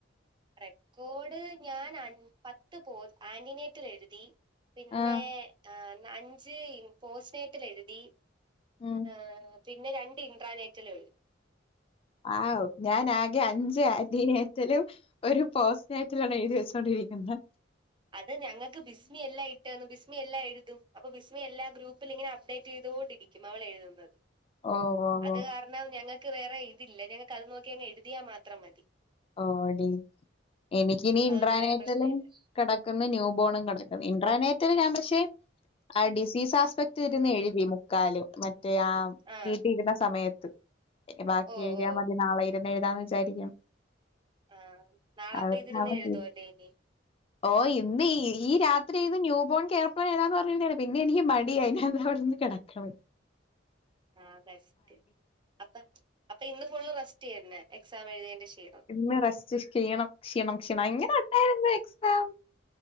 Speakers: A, on the right; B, on the left.
A: റെക്കോഡ് ഞാൻ അ പത്ത് പോസ് ആന്റിനേറ്റർ എഴുതി പിന്നെ
B: ആ
A: അഞ്ച് പോസ്നേറ്റൽ എഴുതി
B: ഉം
A: ആ പിന്നെ രണ്ട് ഇൻട്രാനെറ്റിൽ എഴുതി
B: ആ ഞാനാകെ അഞ്ച് ആന്റിനേറ്റലും ഒരു പോസ്നേറ്റലും ആണ് എഴുതി വെച്ചോണ്ടിരിക്കുന്നെ
A: അത് ഞങ്ങക്ക് ബിസ്മി എല്ലാം ഇ ബിസ്മി എല്ലം എഴുതും. അപ്പൊ ബിസ്മി എല്ലാ ഗ്രൂപ്പിൽ ങ്ങനെ അപ്ഡേറ്റ് ചെയ്തോണ്ടിരിക്കും അവൾ എഴുതുന്നത്.
B: ഓ ഓ
A: അത്
B: ഓ
A: ഞങ്ങൾക്ക് വേറെ ഇതില്ല ഞങ്ങൾക്ക് അത് നോക്കിങ്ങ് എഴുതിയാ മാത്രം മതി
B: ഓടി എനിക്കിനി
A: അതുകൊണ്ട്
B: ഇട്രാനേറ്റല്
A: വേറെ പ്രശ്നമില്ല
B: കിടക്കുന്നു ന്യൂബോണകൾ ഇറർനെറ്റ് ഞാൻ പക്ഷെ, ആ ഡിസീസ് ആസ്പെക്ട് ഇരുന്ന് എഴുതി മുക്കാലും മറ്റേ
A: ആഹ്
B: വീട്ടിരിന്ന സമയത്ത് ബാക്കി
A: ഓ
B: എഴുതിയാ
A: ഓ
B: മതി നാളെ ഇരുന്ന് എഴുതാന്ന് വിചാരിക്കണ്.
A: ആഹ് നാളെ
B: <unintelligible>
A: അപ്പ ഇതിരുന്ന് എഴുതുവല്ലേ ഇനി
B: ഓഹ് ഇന്ന് ഈ രാത്രി ഇരുന്ന് ന്യൂബോൺ കേട്ട് വരാൻ പറഞ്ഞാണ് പിന്നെ എനിക്ക് മടിയായി ഞാ ഇതേ അവിടുന്ന് കിട <unintelligible>
A: ആ ബെസ്റ്റ് അപ്പഅപ്പൊ ഇന്ന് ഫുള് റെസ്റ്റ് യെന്നെ എക്സാം എഴുതിയന്റെ ക്ഷീണം
B: ഇന്ന് റെസ്റ്റ് സ്ക്കീണം ക്ഷീണം ക്ഷീണം ഇങ്ങനെ ഉണ്ടായിരുന്നു എക്സാം.